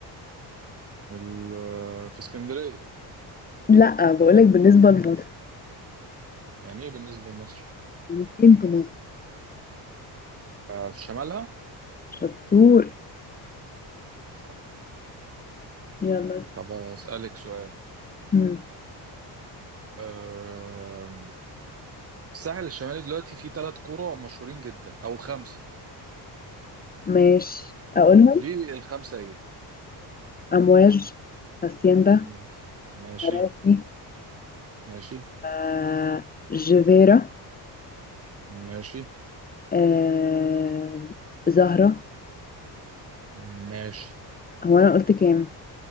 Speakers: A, on the right (about 35°); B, on the left (about 20°).
A: ال- في اسكندرية
B: لأ بقولك بالنسبة لمصر
A: يعني ايه بالنسبة لمصر
B: يعني فين في مصر؟
A: آه، في شمالها
B: شطور
A: صح
B: يلا اسأل.
A: طب اسألك سؤال
B: مم.
A: آم، الساحل الشمالي دلوقتي فيه ثلاث قرى مشهورين جدا او خمسة
B: ماشي أقولهم
A: قولي لي الخمسة ايه
B: أمواج هاسيندا
A: مم. ماشي
B: مراسي
A: ماشي
B: آه... جيفيرا
A: ماشي
B: آه... زهرة
A: ماشي
B: هو أنا قلت كام؟